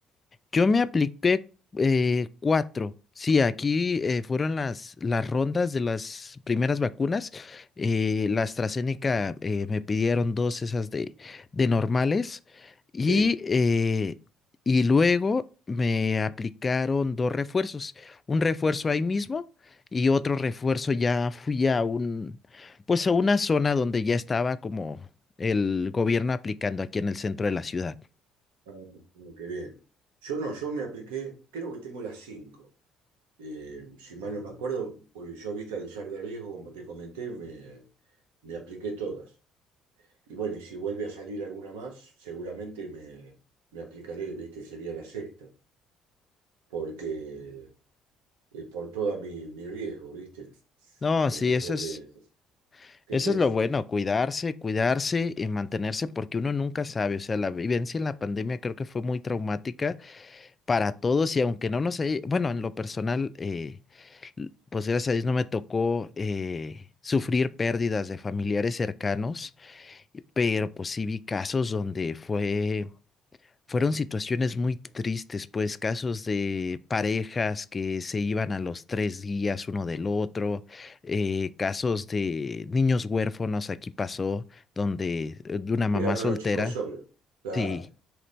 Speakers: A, on the left; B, on the right.
A: Yo me apliqué eh, cuatro. Sí, aquí eh, fueron las, las rondas de las primeras vacunas. Eh, la AstraZeneca eh, me pidieron dos esas de, de normales y,
B: Sí,
A: eh, y luego me aplicaron dos refuerzos. Un refuerzo ahí mismo y otro refuerzo ya fui a un, pues a una zona donde ya estaba como el gobierno aplicando aquí en el centro de la ciudad.
B: ah, qué bien. Yo no, yo me apliqué, creo que tengo las cinco. Eh, si mal no me acuerdo, porque yo viste al char de riesgo, como te comenté, me, me apliqué todas. Y bueno, y si vuelve a salir alguna más, seguramente me, me aplicaré, ¿viste? Sería la sexta, porque eh, por todo mi, mi riesgo, ¿viste?
A: No,
B: El
A: sí,
B: riesgo
A: eso es.
B: que, que
A: Eso
B: tengo.
A: es lo bueno, cuidarse, cuidarse y mantenerse porque uno nunca sabe, o sea, la vivencia en la pandemia creo que fue muy traumática para todos y aunque no nos haya, bueno, en lo personal, eh, pues gracias a Dios no me tocó eh, sufrir pérdidas de familiares cercanos, pero pues sí vi casos donde fue fueron situaciones muy tristes, pues casos de parejas que se iban a los tres días uno del otro, eh, casos de niños huérfanos, aquí pasó, donde eh, de una mamá
B: Quedaron
A: soltera,
B: los chicos solos. Claro,
A: sí,